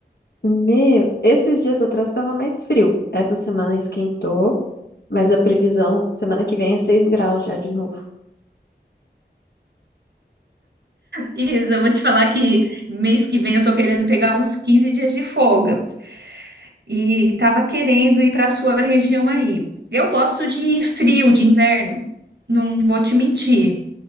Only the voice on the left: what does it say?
Meu, esses dias atrás tava mais frio. Essa semana esquentou, mas a previsão, semana que vem é 6 graus já de novo.